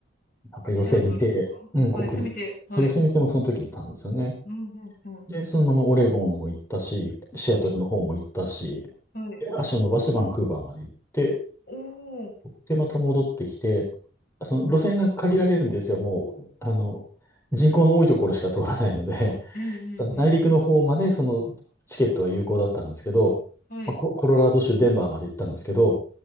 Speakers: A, on the left; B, on the left.
A: なんか寄せ見て、
B: シアトルとか。
A: うん、国立、
B: あ、休みて。はい。
A: そういう寄せ見てもその時行ったんですよね。
B: うん、うん、うん。
A: で、そのままオレゴンも行ったし、シアトルの方も行ったし、
B: はい。はい。
A: で足を伸ばしてバンクーバーまで行って、
B: おお、うん
A: で、また戻ってきて、その路線が限られるんですよ。もう、あの、人口の多いところしか通らないので、
B: うん
A: <laughs> その内陸の方までそのチケットは有効だったんですけど、
B: うん。はい。
A: まあ、ココロラド州デンバーまで行ったんですけど、